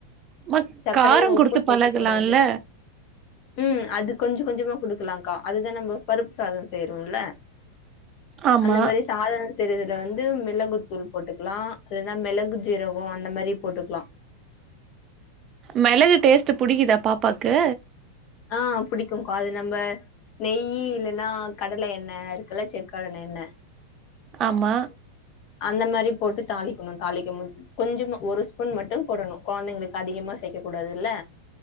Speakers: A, on the right (about 30°); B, on the left (about 40°).
A: மா
B: சக்கரையு
A: காரம் குடுத்து
B: உப்பு சேக்க
A: பழகலால்ல
B: கூடாது ம் அது கொஞ்சோ கொஞ்சமா குடுக்கலாக்கா அதுதா நம்ம பருப்பு சாதோ செய்றோல்ல
A: ஆமா
B: அந்த மாரி சாதம் செய்றதுல வந்து மிளகுத்தூள் போட்டுக்கலா இல்லன்னா மெளகு ஜீரகம் அந்த மாரி போட்டுக்கலா
A: மெளகு டேஸ்ட் பிடிக்குதா பாப்பாக்கு
B: ஆ புடிக்குக்கா அது நம்ம நெய் இல்லன்னா கடல எண்ணெ இருக்குல்ல செக் கடல எண்ணெ
A: ஆமா
B: அந்த மாரி போட்டு தாளிக்கணு தாளிக்க மு கொஞ்சமா ஒரு ஸ்பூன் மட்டு போடணு கொழந்தைங்களுக்கு அதிகமா சேக்க கூடாதுல்ல